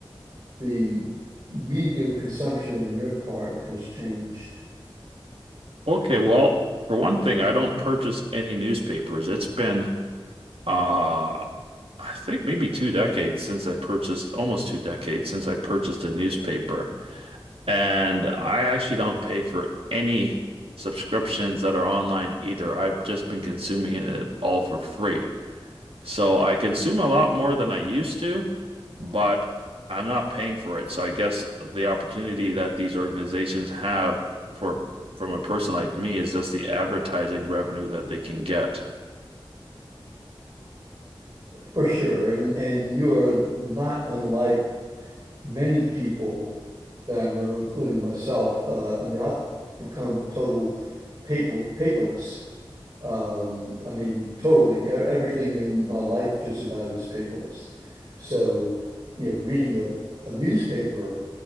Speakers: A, on the right (about 50°); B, on the right (about 85°).
A: the media consumption on your part has changed
B: Okay, well, for one thing, I don't purchase any newspapers. It's been, uh, I think maybe two decades since I purchased, almost two decades since I purchased a newspaper. And I actually don't pay for any subscriptions that are online either. I've just been consuming it all for free. So I consume a lot more than I used to, but I'm not paying for it. So I guess the opportunity that these organizations have for from a person like me is just the advertising revenue that they can get.
A: for sure? And and you're not unlike many people that I know, including myself. Uh, I mean, I've become total paper paperless. Um, I mean, totally. e- Everything in my life just about is paperless. So, you know, reading a, a newspaper,